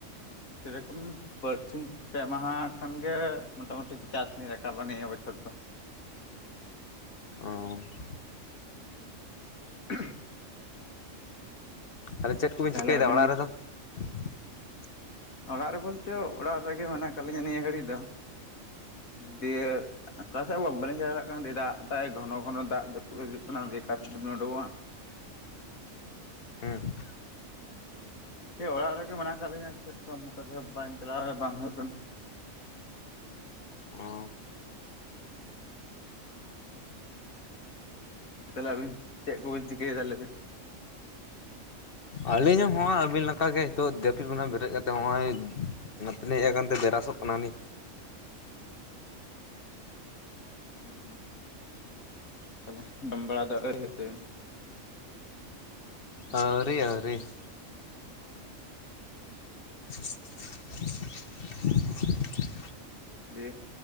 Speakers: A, on the left; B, on the left.
A: ᱥᱮᱨᱚᱠᱚᱢ ᱵᱟᱹᱨᱥᱤᱧ ᱯᱮ ᱢᱟᱦᱟ ᱠᱷᱟᱱ ᱜᱮ ᱢᱚᱴᱟᱢᱩᱴᱤ ᱪᱟᱥᱞᱤᱧ ᱨᱟᱠᱟᱵᱟ ᱱᱤᱭᱟᱹ ᱵᱚᱪᱷᱚᱨ ᱫᱚ᱾
B: ᱚᱸᱻ ᱾
A: <inaudible>
B: ᱟᱨᱮ ᱪᱮᱫ ᱠᱚᱵᱤᱱ
A: ᱛᱟᱦᱞᱮ
B: ᱪᱤᱠᱟᱹᱭᱮᱫᱟ
A: ᱟᱹᱵᱤᱱ ᱜᱮ
B: <inaudible>
A: ᱚᱲᱟᱜ ᱨᱮ ᱵᱚᱞᱛᱮ, ᱚᱲᱟᱜ ᱨᱮᱜᱮ ᱢᱮᱱᱟᱜ ᱠᱟᱜ ᱞᱤᱧᱟ ᱱᱤᱭᱟᱹ ᱜᱷᱟᱹᱲᱤᱡ ᱫᱚ᱾ ᱫᱤᱭᱮ ᱚᱠᱟᱥᱮᱫ ᱦᱚ ᱵᱟ-ᱵᱟᱹᱞᱤᱧ ᱪᱟᱞᱟᱣ ᱫᱟᱲᱮᱭᱟᱜ ᱠᱟᱱᱟ, ᱫᱤᱭᱮ ᱫᱟᱜ ᱫᱟᱭ ᱜᱷᱚᱱᱚ ᱜᱷᱚᱱᱚ ᱫᱟᱜ ᱡᱟᱹᱯᱩᱜ ᱦᱤᱡᱩᱜ ᱠᱟᱱᱟ᱾ ᱫᱤᱭᱮ ᱚᱠᱟᱥᱮᱫ ᱫᱚᱵᱤᱱ ᱩᱰᱠᱚᱜᱼᱟ?
B: ᱦᱮᱸ᱾
A: ᱫᱤᱭᱮ ᱚᱲᱟᱜ ᱨᱮᱜᱮ ᱢᱮᱱᱟᱜ ᱟᱠᱟᱫ ᱞᱤᱧᱟᱹ ᱾ᱪᱮᱫᱚᱢᱠᱟ <unintelligible> ᱵᱟᱝ ᱪᱟᱞᱟᱣ ᱵᱟᱝ ᱦᱩᱭᱩᱜ ᱠᱟᱱᱟ᱾
B: ᱚᱻ᱾
A: ᱛᱟᱦᱚᱞᱮ ᱟᱹᱵᱤᱱ ᱪᱮᱫ ᱠᱚᱵᱤᱱ ᱪᱤᱠᱟᱹᱭᱮᱫᱟ ᱞᱟᱹᱭ ᱵᱤᱱ?
B: ᱟᱹᱞᱤᱧ ᱦᱚᱸᱜᱚᱭ ᱟᱹᱵᱤᱱ ᱞᱮᱠᱟ ᱜᱮ ᱱᱤᱛᱚᱜ ᱡᱟᱹᱯᱤᱫ ᱠᱷᱚᱱᱟᱜ ᱵᱮᱨᱮᱫ ᱠᱟᱛᱮᱜ ᱱᱚᱜᱼᱚᱭ ᱱᱚᱛᱮ ᱞᱤᱧ ᱦᱮᱡ ᱟᱠᱟᱱ ᱛᱮ ᱵᱨᱟᱥᱚᱜ ᱠᱟᱱᱟᱞᱤᱧ᱾
A: ᱦᱚᱸ᱾ ᱛᱟᱦᱚᱞᱮ ᱡᱚᱢ ᱵᱟᱲᱟ ᱫᱚ ᱟᱹᱣᱨᱤ ᱦᱩᱭᱩᱜ ᱛᱟᱹᱵᱤᱱᱟ?
B: ᱟᱹᱣᱨᱤ ᱟᱹᱣᱨᱤ ᱾ <inaudible>
A: ᱫᱤᱭᱮ